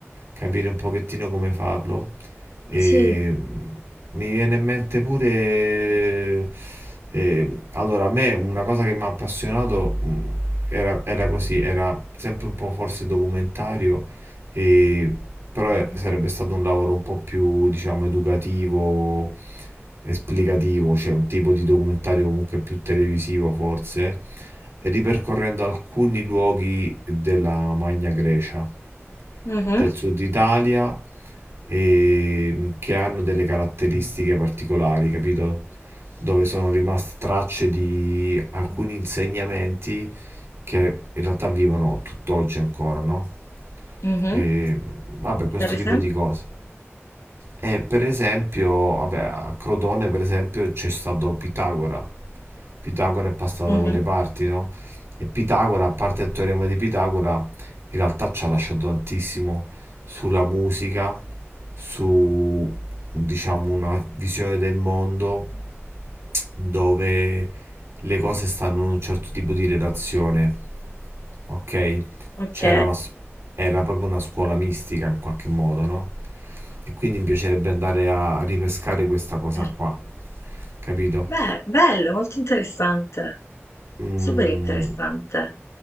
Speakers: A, on the right; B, on the left.
A: capire un pochettino come farlo. E
B: Sì.
A: mm, mi viene in mente pure... eh, allora, a me una cosa che mi ha appassionato mh, era, era così, era sempre un po' forse documentario, e- però
B: Mhm.
A: eh, sarebbe stato un lavoro un po' più, diciamo, educativo, esplicativo, cioè un tipo di documentario comunque più televisivo forse ripercorrendo alcuni luoghi della Magna Grecia
B: Mhm,
A: del sud Italia e che hanno delle caratteristiche particolari, capito? Dove sono rimaste tracce di alcuni insegnamenti che in realtà vivono tutt'oggi ancora, no?
B: mhm.
A: E vabbè, questo
B: Per
A: tipo
B: esempio?
A: di cose. E per esempio, vabbè, a Crotone per esempio c'è stato Pitagora. Pitagora è passato
B: Mhm,
A: da quelle parti, no? E Pitagora, a parte il teorema di Pitagora, in realtà ci ha lasciato tantissimo sulla musica, su, diciamo, una visione del mondo dove le cose stanno in un certo tipo di relazione. Ok,
B: Ok.
A: c'era una, s- era proprio una scuola mistica in qualche modo, no? E quindi mi piacerebbe andare a ripescare questa cosa
B: Per-
A: qua, capito?
B: Beh, bello, molto interessante.
A: Mm,
B: Super interessante.